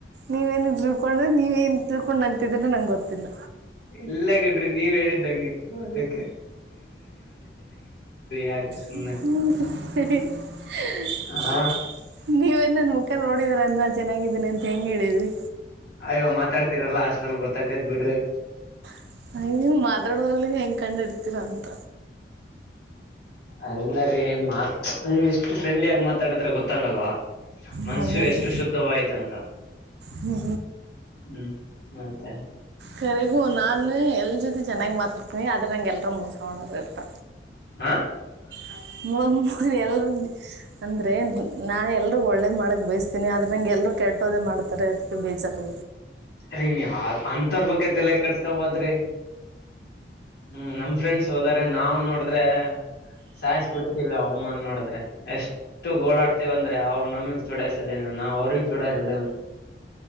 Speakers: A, on the right; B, on the left.
A: ನೀವೇನ್ <unintelligible> ನೀವೇನ್ ತಿಳ್ಕೊಂಡ್ ನಗ್ತಿದ್ರೆ ನಂಗೆ ಗೊತ್ತಿಲ್ಲ.
B: ಇಲ್ಲಗಂನ್ರೀ ನೀವ್ ಹೇಳಿದ್ದಂಗಿತ್ತು ಅದಿಕ್ಕೆ ಯಾಕೆ ಸುಮ್ನೆ
A: ನೀವೇನ್ <unintelligible>
B: ಹ
A: ಅಕ್ಕ ನೋಡಿದ್ರ ಯನ್ನ ಚೆನ್ನಾಗಿದಿನಿ ಅಂತ ಹೆಂಗ ಹೇಳಿದ್ರಿ
B: ಅಯ್ಯೋ ಮಾತಾಡ್ತಿರಲ್ಲ ಅಷ್ಟ್. ಗೊತ್ತಾಗ್ತಾಯಿದ್ ಬಿಡ್ರಿ
A: <unintelligible> ಕಂಡಿಡ್ತೀರಾ ಅಂತ.
B: ಅದಲ್ಲ ರೀ ಮಾತ್ ನೀ ಎಷ್ಟು ಫ್ರೆಂಡ್ಲಿ ಆಗ ಮಾತಾಡಿದ್ರೆ ಗೊತ್ತಾಗಲ್ವಾ. ಮನ್ಷ್ಯು
A: ಹೌದಾ
B: ಎಷ್ಟು ಶುದ್ಧವಾಯ್ತ ಅಂತ
A: ಹ್ಞೂ
B: ಹ್ಮ್ ಮತ್ತೆ.
A: ಕರೆಗೂ ನಾನ್ ಎಲ್ ಜೊತೆ ಚೆನ್ನಾಗಿ ಮಾತಾಡ್ತೀನಿ. ಅದ್. ನಂಗೆಲ್ರು ಮೋಸ ಮಾಡೋರು ಇರ್ತ.
B: <inaudible>
A: <unintelligible> ಎಲ್ರು ಅಂದ್ರೆ ನಾನ್ ಎಲ್ರು ಒಳ್ಳೇದ್ ಮಾಡಕ್ ಬಯಸ್ತೀನಿ ಆದ್ರ ನಂಗೆ ಎಲ್ರುೂ ಕೆಟ್ಟೋದೇ ಮಾಡ್ತಾರೆ ಅದಕ್ಕೆ ಬೇಜಾರು.
B: ರೀ ನೀವು ಅಂತವರ್ ಬಗ್ಗೆ ತಲೆ ಕಟ್ಸ್ಕೊಬದ್ರಿ ಹ್ಮ್ ನಮ್ ಫ್ರೆಂಡ್ಸ್ <unintelligible> ನಾವ್ ನೋಡಿದ್ರೆ ಸಾಯಸ್ ಬಿಡ್ತೀವಿ ಅವ ಒಮ್ಮನ್ ನೋಡ್ರೆ ಎಷ್ಟು ಗೋಳಾಡ್ತಿವಂದ್ರೆ ಅವ್ರು ನಮಗ್ ಚೂಡಾಯ್ಸದೇನು ನಾವ್ ಅವ್ರಿಗ್ ಚೂಡಾಯಸದೇನು.